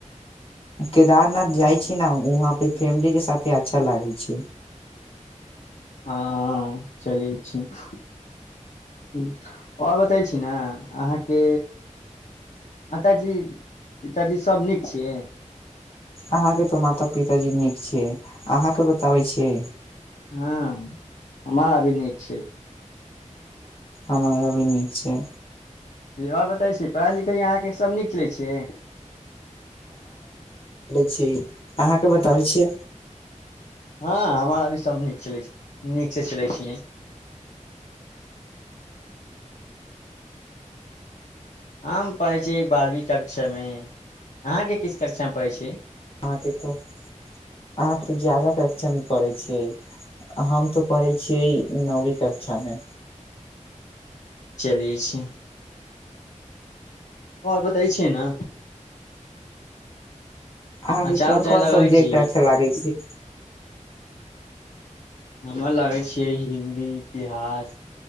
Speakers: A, on the left; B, on the left.
A: केदारनाथ जाइ छी न वहाँ पे फैमिली के साथे अच्छा लागै छै
B: हँ चलै छी ह आओर बतै छी ने अहाँके माताजी पिताजी सभ नीक छियै
A: अहाँके तऽ माता पिताजी नीक छैिय अहाँके बताबै छियै
B: हँ हमराभी नीक छै
A: हमरो भी निक छै
B: आओ बबै छी पढ़ाइ लिखाइ अहाँके सभ नीक चलै छ
A: छी अहाँके बताबै छियै
B: हँ हमरा भी सभ नीक चलै छै नीकसँ चलै छी आम पै छै बारहवीं कक्षा मे अहाँके किस कक्षा मे पढ़ै छै
A: अहाँके तो अहाँके ज्यादा कक्षामे पढय छियै हम तो पढ़य छियै नौवी कक्षा मे
B: चलिय छी हँ बताै छिय ने
A: अहाँके
B: अचार
A: कोन
B: उचार
A: कोन
B: लगै
A: सब्जेक्ट
B: छी
A: अच्छा लागै छी
B: हमरा लागै छै हिन्दी इतिहास